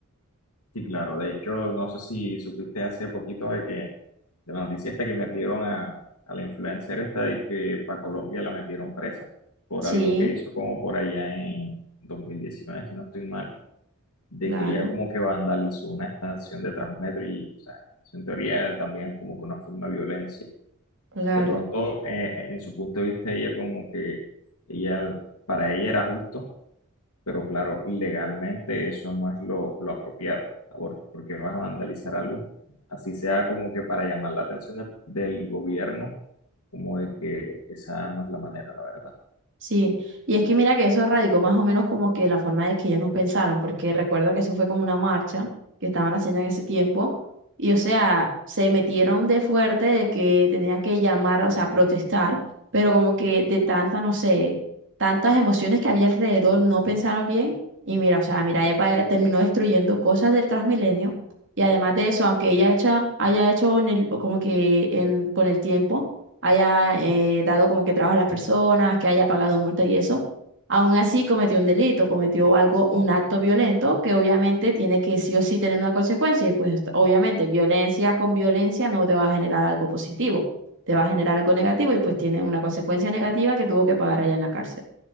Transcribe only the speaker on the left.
Sí, claro. De hecho, no sé si supiste hace poquito de que de la noticia esta que metieron a, a la influencer esta de que para Colombia la metieron presa por
algo que hizo como por allá en 2019 si no estoy mal, de
que ella como que vandalizó una estación de Transmetro y, o sea, eso en teoría también es como que una forma de violencia.
De pronto, eh, en su punto de vista, ella como que ella, para ella era justo pero claro, legalmente eso no es lo, lo apropiado, ¿no? por- porque vas a vandalizar algo, así sea como que para llamar la atención de- del gobierno, como de que esa no es la manera, la verdad.